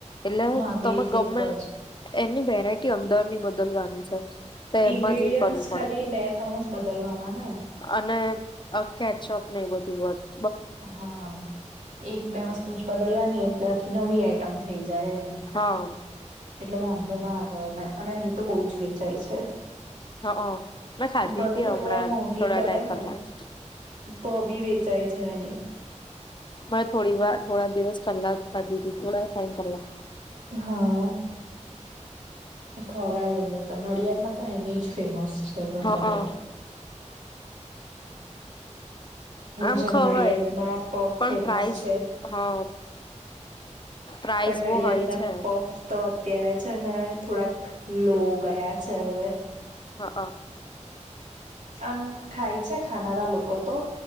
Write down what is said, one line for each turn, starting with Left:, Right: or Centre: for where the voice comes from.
Left: એલે
Right: હા બેઝ
Left: તમે ગમે
Right: એક જ
Left: એની વેરાયટી અંદર ની બદલવાની છે. તો એમાં
Right: ઇન્ગ્રીડિયન્ટ
Left: જ એ કરવું પડે
Right: ખાલી બે ત્રણ જ બદલવાના ને
Left: અને અ કેચપ ન બધી બ
Right: હા એક બે વસ્તુ જ બદલવા એટલે આખી નવી આઈટમ થઈ જાય એમ
Left: હા
Right: એટલે વાંધો ના આવે એને અને એની તો બહુ જ વેચાય છે.
Left: હા મેં ખાધી
Right: ભલે
Left: હતી
Right: ને
Left: હમણાં
Right: એવો એ મોંઘી
Left: થોડા
Right: કરે
Left: ટાઈમ પહેલા
Right: ને
Left: જ.
Right: તો બી વેચાય છે એની
Left: મેં થોડી વાર થોડા દિવસ પલ્લાધીથી થોડા ટાઈમ પલા
Right: હા ખવાય એની તો નડિયાદ માં તો એની જ ફેમસ છે વધારે
Left: હા આમ
Right: જેમ
Left: ખવાય
Right: નડિયાદ ના પફ
Left: પણ
Right: ફેમસ
Left: પ્રાઇઝ
Right: છે,
Left: હા પ્રાઇઝ
Right: પણ
Left: બહુ
Right: નડિયાદ
Left: હોય
Right: ના
Left: છે
Right: પફ તો અત્યારે છે ને થોડાક લો ગયા છે હવે
Left: હઅ
Right: આમ ખાય છે ખાનારા લોકો તો